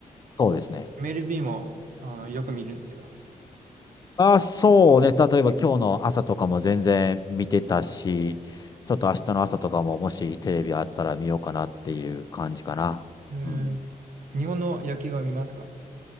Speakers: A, on the left (about 25°); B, on the right (about 65°).
A: そうですね。
B: MLB も、あの、よく見るんですか
A: あ、そうね。例えば今日の朝とかも全然見てたし、ちょっと明日の朝とかももしテレビあったら見ようかなっていう感じかな。
B: えー
A: うん。
B: 日本の野球は見ますか